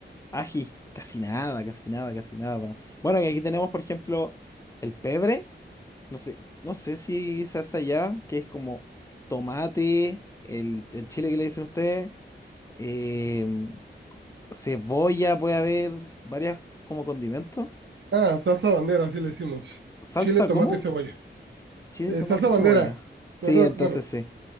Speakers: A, on the left; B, on the right.
A: ají. Casi nada, casi nada, casi nada. pa- Bueno, y aquí tenemos, por ejemplo, el pebre. No sé, no sé si se hace allá, que es como tomate, el, el chile que le dicen ustedes, eh, cebolla, puede haber varias como condimentos.
B: ah, salsa bandera, así le decimos.
A: ¿Salsa
B: Chile, tomate
A: cómo?
B: y cebolla.
A: Chile,
B: Eh,
A: tomate,
B: salsa bandera.
A: cebolla. Sí,
B: No, no,
A: entonces
B: bueno,
A: sí.